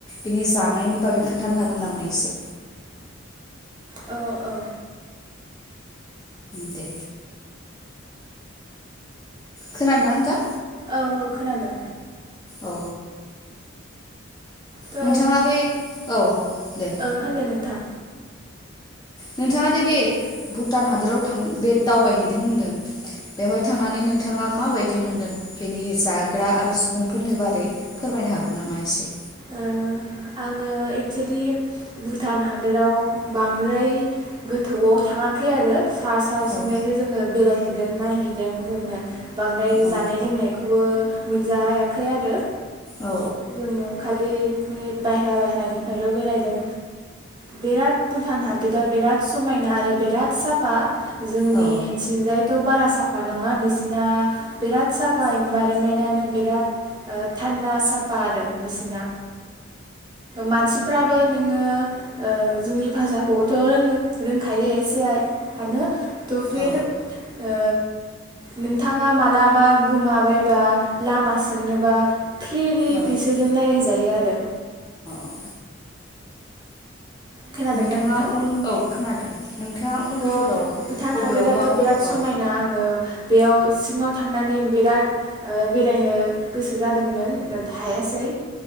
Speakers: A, on the left; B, on the right.
A: बिनि जानायनि बागै खोन्थानो हागोन नामा एसे?
B: औ औ
A: दे खोनादों ना नोंथां?
B: औ औ खोनादों।
A: औ
B: थ'
A: नोंथाङा बे औ दे
B: ओ होनदो नोंथां
A: नोंथाङा दे बे भुटान हादराव थां बे दावबायहैदों होनदों बेवहाय थांनानै नोंथाङा माबायदि मोनदों बेनि जाग्रा आरो सुबुंफोरनि बारै फोरमायनो हागोन नामा एसे?
B: ओ आङो एक्सुलि भुटान हादोराव बांद्राय गोथौआव थाङाखै आरो सा सा सिंजायहै
A: औ
B: जोङो बेरायहैद जों नायहैदों जोङो। बांद्राय
A: औ
B: जानाय लोंनायखौबो मोनजायाखै आरो
A: औ
B: जोङो खालि माने बायहेरा बायहेरानिफ्रायल' बेरायदों बेराद भुटान हादोरा बिराद समायना आरो बिराद साफा। जोंनिथिंजायथ'
A: औ
B: बारा साफा नङा। बिसिना बिराद साफा इनभाइरनमेन्टनो बिराद थान्दा साफा आरो। बिसिना मानसिफ्राबो नोङो ओ जोंनि भाषाखौबोथ' रों-रोंखायो एसे आनो त फिर
A: औ
B: ओ नोंथांङा मालाबा गोमाबायबा लामा सोंनोबा फ्रिलि
A: औ
B: बिसोरजों <unintelligible> जायो आरो।
A: औ
B: खोनादोंना
A: नोंथाङा
B: नोंथां
A: उन औ खोनादों नोंथाङा उनफोराव
B: थ भुटान
A: बबेयावबा
B: हादोराथ बिराद समायना
A: औ
B: आंङो बेयाव सिङाव थांनानै बिराद ओ बेरायनो गोसो जादोंमोन बात हायासै।